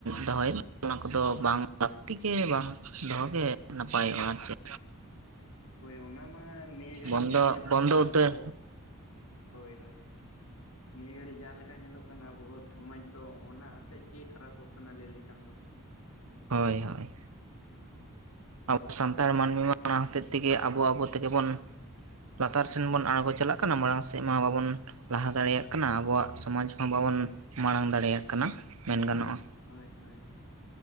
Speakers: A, on the right; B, on the left.
A: ᱫᱚᱦᱚᱭᱮᱫ, ᱚᱱᱟ ᱠᱚᱫᱚ ᱵᱟᱝ
B: ᱦᱩᱸ
A: ᱞᱟᱹᱠᱛᱤ ᱜᱮ, ᱵᱟᱝ ᱫᱚᱦᱚᱜᱮ ᱱᱟᱯᱟᱭᱚᱜᱼᱟ ᱟᱨ ᱪᱮᱫ?
B: ᱦᱳᱭ ᱚᱱᱟ ᱢᱟ ᱱᱤᱭᱟᱹ ᱜᱷᱟᱹᱲᱤᱡ
A: ᱵᱚᱱᱫᱚ
B: ᱡᱟ ᱧᱮᱞᱚᱜ
A: ᱵᱚᱱᱫᱚ
B: ᱠᱟᱱᱟ ᱟᱵᱚ
A: ᱩᱛᱟᱹᱨ
B: ᱦᱳᱭ ᱦᱳᱭ, <inaudible> ᱱᱤᱭᱟᱹ ᱜᱷᱟᱹᱲᱤᱡ ᱡᱟᱦᱟᱸ ᱞᱮᱠᱟ ᱧᱮᱞᱚᱜ ᱠᱟᱱᱟ ᱟᱵᱚ ᱥᱚᱢᱟᱡᱽ ᱫᱚ, ᱚᱱᱟ ᱟᱛᱮᱫ ᱜᱮ ᱠᱷᱟᱨᱟᱯᱚᱜ ᱠᱟᱱᱟ ᱞᱟᱹᱭ ᱞᱮᱠᱷᱟᱱ ᱫᱚ, ᱦᱮᱸ <inaudible>
A: ᱦᱳᱭ ᱦᱳᱭ,
B: ᱦᱩᱸ <inaudible>
A: ᱟᱵᱚ ᱥᱟᱱᱛᱟᱲ ᱢᱟᱹᱱᱢᱤ ᱢᱟ ᱚᱱᱟ ᱦᱚᱛᱮᱫ ᱛᱮᱜᱮ ᱟᱵᱚ ᱟᱵᱚ ᱛᱮᱜᱮ ᱵᱚᱱ ᱞᱟᱛᱟᱨ ᱥᱮᱱ ᱵᱚᱱ
B: ᱦᱳᱭ
A: ᱟᱬᱜᱚ ᱪᱟᱞᱟᱜ ᱠᱟᱱᱟ, ᱠᱟᱱᱟ, ᱢᱟᱲᱟᱝ ᱥᱮᱫ ᱢᱟ ᱵᱟᱵᱚᱱ, ᱞᱟᱦᱟ ᱫᱟᱲᱮᱭᱟᱜ ᱠᱟᱱᱟ ᱟᱵᱚᱣᱟᱜ ᱥᱚᱢᱟᱡᱽ ᱦᱚᱸ ᱵᱟᱵᱚᱱ ᱢᱟᱲᱟᱝ ᱫᱟᱲᱮᱭᱟᱜ ᱠᱟᱱᱟ ᱢᱮᱱ ᱜᱟᱱᱚᱜᱼᱟ,
B: ᱦᱳᱭ ᱦᱳᱭ,